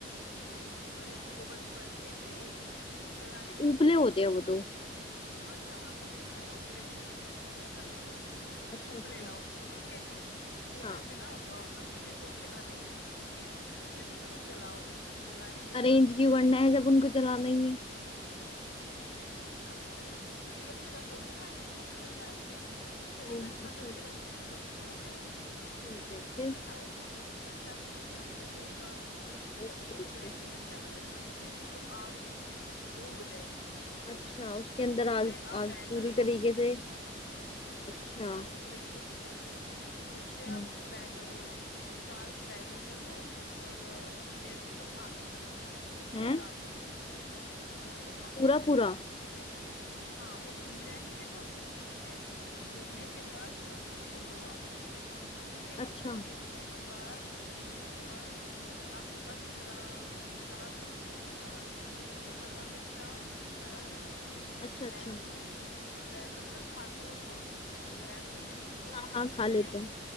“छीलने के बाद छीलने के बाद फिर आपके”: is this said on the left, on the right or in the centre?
Left